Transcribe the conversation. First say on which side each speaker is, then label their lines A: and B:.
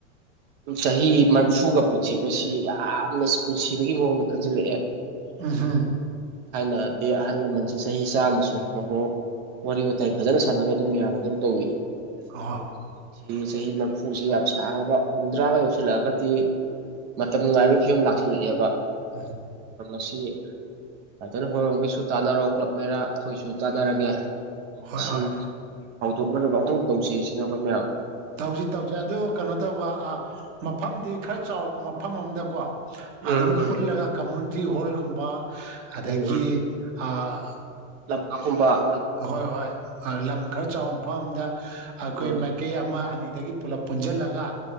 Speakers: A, on the right; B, on the right.
A: ꯆꯍꯤ ꯃꯔꯐꯨꯒ ꯄꯨꯟꯁꯤꯕꯁꯤ ꯌꯥꯝꯅ ꯄꯨꯟꯁꯤꯕꯒꯤ ꯃꯑꯣꯡꯗ ꯈꯟꯖꯤꯜꯂꯛꯑꯦ
B: ꯎꯝ ꯍ <unintelligible>
A: ꯊꯥꯏꯅꯗꯤ ꯑꯍꯜ ꯂꯃꯟꯁꯦ ꯆꯍꯤ ꯆꯥꯝꯃ ꯁꯨꯔꯐꯥꯎꯕ ꯋꯥꯔꯤ ꯋꯥꯇꯥꯏ ꯐꯖꯅ ꯁꯥꯟꯅꯕ ꯑꯗꯨꯝ ꯌꯥꯕ ꯑꯗꯨꯝ ꯇꯧꯋꯤ
B: ꯑ ꯍꯣ <unintelligible>
A: ꯁꯤ ꯆꯍꯤ ꯃꯔꯐꯨꯁꯤ ꯌꯥꯝ ꯁꯥꯡꯉꯕ ꯍꯨꯝꯗ꯭ꯔꯥꯒ ꯌꯧꯁꯤꯜꯂꯛꯑꯒꯗꯤ ꯃꯇꯝ ꯉꯥꯏꯕꯒꯤ ꯐꯤꯕꯝ ꯂꯥꯛꯁꯤꯜꯂꯛꯑꯦꯕ
B: ꯎꯝ <unintelligible>
A: ꯃꯁꯤ <unintelligible> ꯍꯣꯢ ꯔꯣꯝꯒꯤꯁꯨ ꯇꯥꯟꯅꯔꯣ ꯀ꯭ꯂꯕ ꯃꯩꯔꯥ ꯑꯩꯈꯣꯏꯁꯨ ꯇꯥꯟꯅꯔꯒꯦ ꯃꯁꯤ
B: ꯍꯣꯏ ꯍꯣꯏ
A: ꯍꯧꯗꯣꯛꯅꯔꯒ ꯑꯃꯨꯛꯇꯪ ꯇꯧꯁꯤ ꯁꯤꯅꯤ ꯑꯩꯈꯣꯏ ꯃꯌꯥꯝ
B: ꯇꯧꯁꯤ ꯇꯧꯁꯤ ꯑꯗꯨ ꯀꯩꯅꯣ ꯇꯧꯕ ꯑꯥ ꯃꯐꯝꯗꯤ ꯈꯔ ꯆꯥꯎꯕ ꯃꯐꯝ ꯑꯝꯗꯀꯣ
A: ꯎꯝ
B: ꯑꯗꯨꯝ ꯄꯨꯜꯂꯒ ꯀꯝꯃꯨꯅꯤꯇꯤ ꯍꯣꯜꯒꯨꯝꯕ ꯑꯗꯒꯤ
A: ꯎꯝ
B: ꯑꯥ
A: ꯂꯥꯝꯄꯥꯛꯀꯨꯝꯕ
B: ꯍꯣꯏ ꯍꯣꯏ ꯂꯝ ꯈꯔ ꯆꯥꯎꯕ ꯃꯐꯝ ꯑꯝꯗ ꯑꯩꯈꯣꯏ
A: ꯎꯝ
B: ꯃꯥꯏꯀꯩ ꯑꯃ ꯑꯅꯤꯗꯒꯤ ꯄꯨꯂꯞ ꯄꯨꯟꯁꯤꯜꯂꯒ